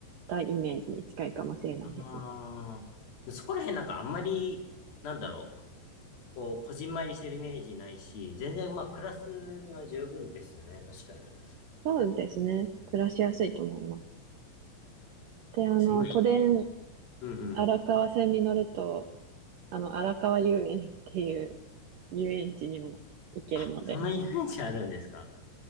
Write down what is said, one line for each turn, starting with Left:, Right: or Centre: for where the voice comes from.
Right: たイメージに近いかもしれないですね。
Left: ああ。そこら辺なんかあんまり、なんだろう。こう、こじんまりしてるイメージないし、全然まあ、クラスには十分ですね、確かに。ちょ
Right: そうですね。暮らしやすいと思います。で、あの、
Left: っと今、
Right: 都電
Left: うんうん。
Right: 荒川線に乗ると、あの、荒川遊園っていう遊園地にも行けるので、
Left: あ、そんな遊園地あるんですか